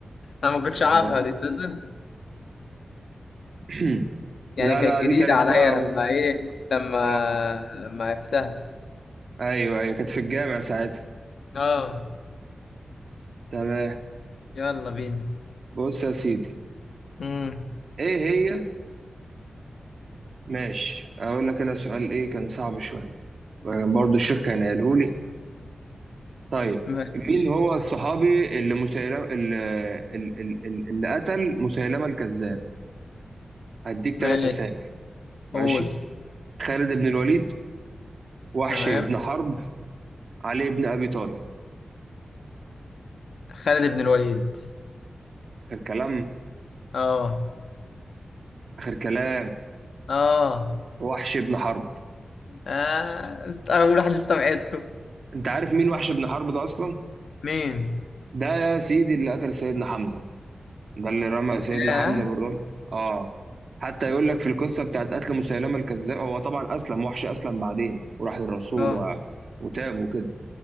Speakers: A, on the left; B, on the right.
A: انا ما كنتش
B: آه،
A: عارفها دي تصدق
B: <clears throat>
A: يعني
B: لا
A: كانت
B: لا
A: جديدة
B: دي كان عرفتها
A: عليا لما
B: اهو
A: ايه لما
B: اه
A: لما عرفتها
B: ايوه ايوه كانت في الجامع ساعتها
A: اه
B: تمام
A: يلا بينا
B: بص يا سيدي
A: امم
B: ايه هي ماشي اقول لك انا سؤال ايه كان صعب شويه آه، برضو الشيخ كان قاله لي طيب
A: ماشي
B: مين هو الصحابي اللي مسيلمه اللي, اللي, اللي قتل مسيلمه الكذاب هديك
A: ماشي
B: ثلاث اسامي ماشي
A: قول
B: خالد بن الوليد وحش
A: تمام
B: بن حرب علي بن ابي طالب
A: خالد بن الوليد
B: اخر كلام
A: اه
B: اخر كلام
A: اه
B: وحش بن حرب
A: اه است- اول واحد استبعدته
B: انت عارف مين وحش بن حرب ده اصلا
A: مين
B: ده يا سيدي اللي قتل سيدنا حمزه ده اللي رمى سيدنا
A: اه
B: حمزة بالرمح اه حتى يقول لك في القصة بتاعت قتل مسيلمة الكذاب هو طبعا أسلم وحش أسلم بعدين وراح للرسول
A: اه
B: و... وتاب وكده